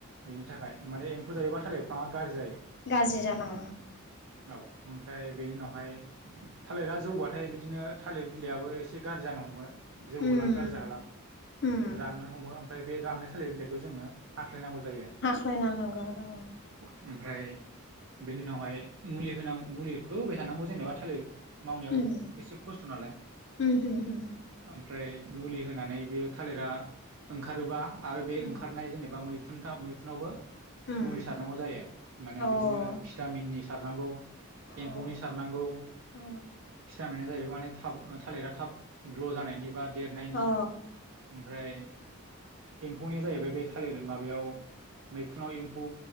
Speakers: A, on the right (about 60°); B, on the left (about 55°).
A: बिनि थाखाय माने एम्फौ जायोबा थालिर बिफाङा गाज्रि जायो।
B: गाज्रि जानाङा।
A: औ ओमफ्राय बेनि उनावहाय थालिरा जौबाथाय बिदिनो थालिर बिलाइयाबो एसे गाज्रि जानो हमो, जौ
B: उम
A: हलां गारजा होलां
B: उम
A: राननो हमो ओमफ्राय बे राननाय थालिर बिलाइखौ जोङो हा ख्लायनांगौ जायो।
B: हाख्लायना होनांगौ आरो
A: ओमफ्राय बेनि उनावहाय मुलि होनांगौ मुलिखौथ' हाय थानांगौ जेनेबा थालिर मावनायाव
B: उम
A: एसे खस्थ' नालाय।
B: उम उम उम
A: ओमफ्राय मुलि होनानै बेयो थालिरा ओंखारोबा आरो बे
B: उम
A: एबा मैखुनआवबो
B: उम
A: मुलि सारनांगौ जायों ‌माने
B: अ
A: बिदिनो भिथामिननि सारनांगौ एम्फौनि
B: अ
A: सारनांगौ
B: अ
A: भिथामिनो जाहैबाय माने थाब थालिरा थाब ग्ल' जानायनि बा देरनायनि
B: अ
A: ओमफ्राय, एम्फौनिया जाहैबाय बे थालिर माबायाव मैखुनाव एम्फौ